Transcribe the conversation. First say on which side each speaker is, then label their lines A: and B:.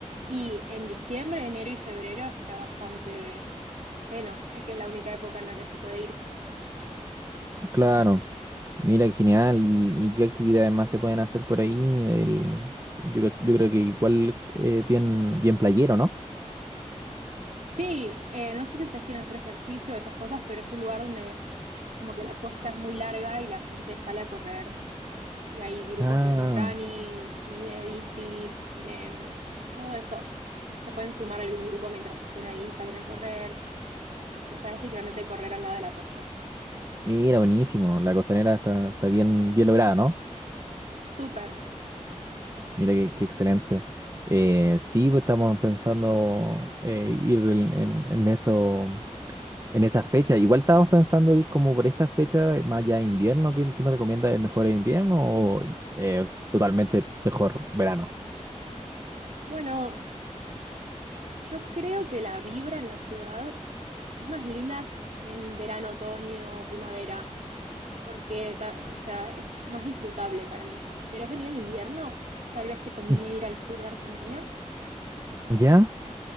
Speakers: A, on the right; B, on the right.
A: Y en diciembre, enero y febrero está bastante lleno. Es que es la única época en la que se puede ir.
B: Claro, mira, qué genial. ¿Y, y qué actividades más se pueden hacer por ahí? El- yo, cre- yo creo que igual eh, bien, bien playero, ¿no?
A: Sí, eh, no sé si ustedes quieren hacer ejercicio o esas cosas, pero es un lugar donde como que la costa es muy larga y la gente sale a correr. Y hay grupos
B: Ah,
A: de running y de bici, de mm, todo eso. Se pueden sumar a algún grupo mientras estén ahí, salen a correr. Es- O sea, es literalmente correr al lado de la costa.
B: mira, buenísimo. La costanera está, está bien, bien lograda, ¿no?
A: Súper.
B: Mira, qué, qué excelente. Eh, sí, pues estamos pensando eh, ir en, en, en eso. En esa fecha, igual estábamos pensando ir como por esta fecha, eh, más allá de invierno, ¿qué, qué me recomienda? ¿Es mejor invierno o eh, totalmente mejor verano?
A: Bueno, yo creo que la vibra en la ciudad Es más linda en verano, otoño, primavera, porque, ta- o sea, es más disfrutable para mí. Si querés venir en invierno, tal vez te conviene
B: <laughs>
A: ir al sur de Argentina,
B: ¿Ya?